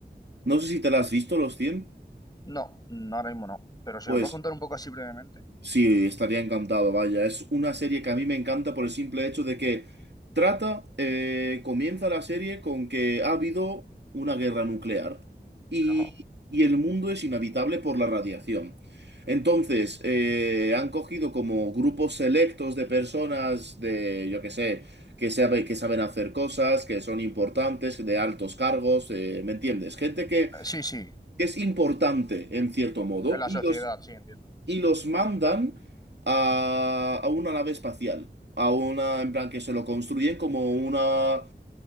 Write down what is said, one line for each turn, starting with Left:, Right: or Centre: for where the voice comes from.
Right: no sé si te la has visto, Los cien,
Left: No, no, ahora mismo no. Pero si
Right: pues
Left: me puedes contar un poco así brevemente.
Right: Sí, estaría encantado, vaya. Es una serie que a mí me encanta por el simple hecho de que trata, eh, comienza la serie con que ha habido una guerra nuclear y,
Left: Ajá.
Right: y el mundo es inhabitable por la radiación. Entonces, eh, han cogido como grupos selectos de personas de, yo qué sé, que sabe- que saben hacer cosas, que son importantes, de altos cargos, eh, ¿me entiendes? Gente que
Left: Eh, Sí, sí,
Right: que es importante en cierto modo
Left: en la
Right: y
Left: sociedad,
Right: los
Left: sí, entiendo.
Right: y los mandan a, a una nave espacial. A una, en plan, que se lo construyen como una,